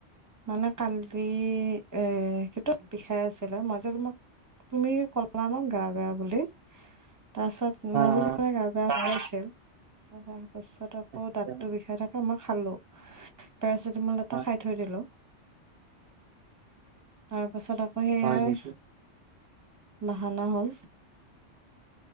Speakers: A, on the right (about 15°); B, on the right (about 60°).
A: মানে কালি এ সেইটোত বিষাই আছিলে মাজত তোমাক তুমি কলা ন গা বেয়া বুলি তাৰপিছত
B: হা
A: মোৰো
B: হা
A: পুৰা গা বেয়া হৈ আছিল তাৰ পাছত আকৌ
B: আচ্ছা
A: দাঁততো বিষায় থাক কে মই খালো পেৰাচিটামল এটা
B: হা
A: খাই থৈ দিলো তাৰ পাছত আকৌ সেইয়াই
B: হয় নেকি?
A: বাহানা হ'ল